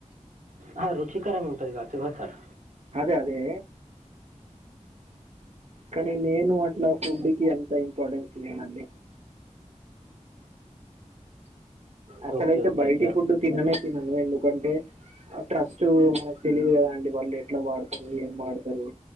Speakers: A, on the right; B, on the right.
A: హా రుచికరంగ ఉంటదిగ <unintelligible> సార్
B: అదే అదే కానీ నేను అట్లా ఫుడ్ కి అంత ఇంపార్టెన్స్ ఇయ్యనండి అసలయితే
A: ఓకే ఓకే
B: బయటి
A: సార్
B: ఫుడ్ తిననే తినను ఎందుకంటే ట్రస్ట్ మనకు తెలీదు కదా అండి వాళ్ళు ఎట్ల వాడతరు ఏం వాడతరు